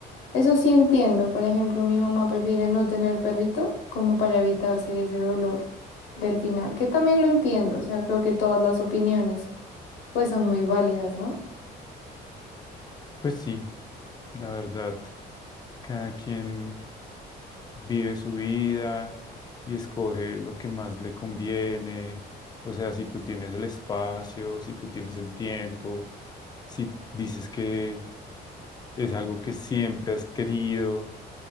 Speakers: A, on the left; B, on the left.
A: Eso sí entiendo. Por ejemplo, mi mamá prefiere no tener perrito como para evitarse ese dolor del final, que también lo entiendo. O sea, creo que todas las opiniones pues son muy válidas, ¿no?
B: Pues sí, la verdad, cada quien vive su vida y escoge lo que más le conviene. O sea, si tú tienes el espacio, si tú tienes el tiempo, si dices que es algo que siempre has querido